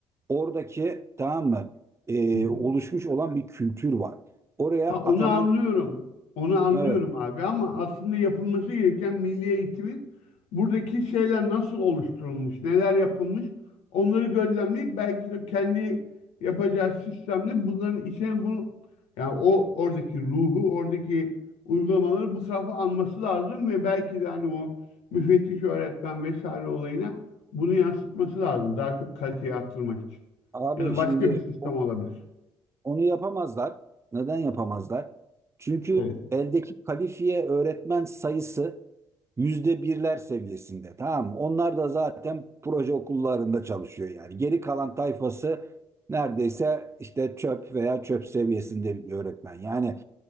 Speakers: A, on the right; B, on the left.
A: Oradaki tamam mı? e,
B: Hı hı.
A: oluşmuş olan bir kültür var. Oraya
B: Ha
A: atanan
B: onu anlıyorum. Onu anlıyorum
A: evet
B: abi ama aslında yapılması gereken milli eğitimin buradaki şeyler nasıl oluşturulmuş, neler yapılmış onları gözlemleyip belki de kendi yapacağı sistemle bunların içine bunu yani o oradaki ruhu, oradaki uygulamaları bu tarafa alması lazım ve belki de hani o müfettiş öğretmen vesaire olayına bunu yansıtması lazım. Daha çok kaliteyi arttırmak için.
A: Abi
B: Ya da başka
A: şimdi
B: bir sistem
A: on-
B: olabilir.
A: onu yapamazlar. Neden yapamazlar? Çünkü
B: Evet.
A: eldeki kalifiye öğretmen sayısı yüzde birler seviyesinde. Tamam mı? Onlar da zaten proje okullarında çalışıyor yani. Geri kalan tayfası neredeyse işte çöp veya çöp seviyesinde bir öğretmen. Yani